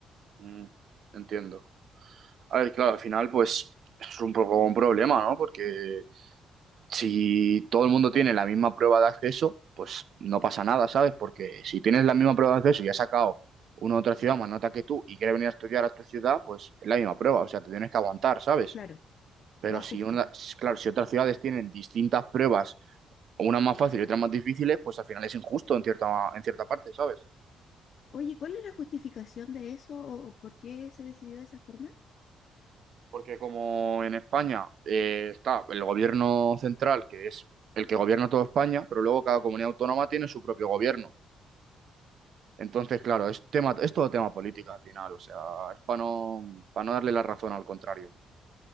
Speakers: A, on the right (about 65°); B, on the left (about 60°).
A: mm, entiendo. A ver, claro, al final, pues es un poco un problema, ¿no? Porque si todo el mundo tiene la misma prueba de acceso, pues no pasa nada, ¿sabes? Porque si tienes la misma prueba de acceso y has sacado una otra ciudad más nota que tú y quiere venir a estudiar a tu ciudad, pues es la misma prueba, o sea, te tienes que aguantar, ¿sabes?
B: Claro,
A: Pero
B: más
A: si
B: justo.
A: una, claro, si otras ciudades tienen distintas pruebas, unas más fáciles y otras más difíciles, pues al final es injusto en cierta, en cierta parte, ¿sabes?
B: Oye, ¿cuál es la justificación de eso o, o por qué se decidió de esa forma?
A: Porque como en España eh, está el gobierno central, que es el que gobierna toda España, pero luego cada comunidad autónoma tiene su propio gobierno. Entonces, claro, es tema, es todo tema política al final, o sea, es para no, para no darle la razón al contrario.